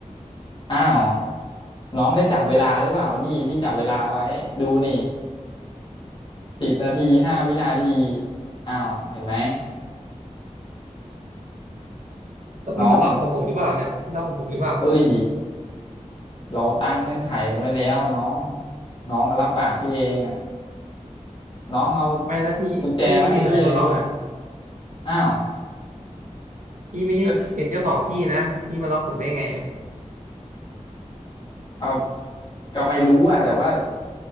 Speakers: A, on the left; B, on the right.
A: อ้าวน้องได้จับเวลาหรือเปล่านี่พี่จับเวลาไว้ดูนี่ สิบนาทีห้าวินาทีอ้าวเห็นไหม
B: แล้วพี่มาล็อกของผมหรือเปล่าเนี่ยพี่ล็อกของผมหรือเปล่า
A: น้องเอ้ยเราตั้งเงื่อนไขกันไว้แล้วน้องน้องรับปากพี่เองอ่ะน้องเอา
B: ไม่แล้วพี่พี่มีสิทธิ์อะไรมาล็อกอ่ะ
A: กุญแจมาให้พี่เลยดีกว่าอ้าว
B: พี่ไม่ใช่เป็นเจ้าของที่นะพี่มาล็อกผมได้ไงอะ
A: ก็เอาก็ไม่รู้อ่ะแต่ว่า